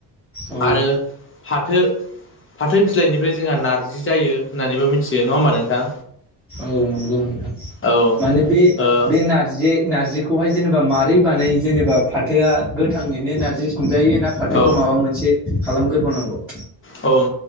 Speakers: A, in the centre; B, on the left (about 30°).
A: औ
B: आरो फाथो फाथो बिलाइनिफ्राय जोंहा नारजि जायो होननानैबो मिथियो नङा होमबा नोंथां।
A: औ नंगौ नंगौ
B: औ
A: माने बे
B: ओ
A: बे नारजि नारजिखौहाय जेनेबा मारोरै बानायो जेनेबा फाथोआ गोथाङैनो नारजि संजायो ना फाथोखौ
B: औ
A: माबा मोनसे खालामगोरोबावनांगौ।
B: औ